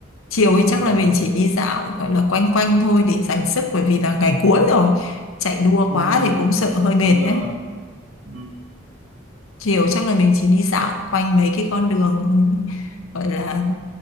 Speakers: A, on the left; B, on the right.
A: chiều
B: chiều
A: thì chắc là mình chỉ đi dạo gọi là quanh quanh thôi để dành sức bởi vì là ngày cuối rồi chạy đua
B: ừ,
A: quá thì cũng sợ hơi
B: đúng
A: mệt
B: rồi
A: đấy
B: Ừ,
A: chiều chắc là mình chỉ đi dạo quanh mấy cái con đường gọi là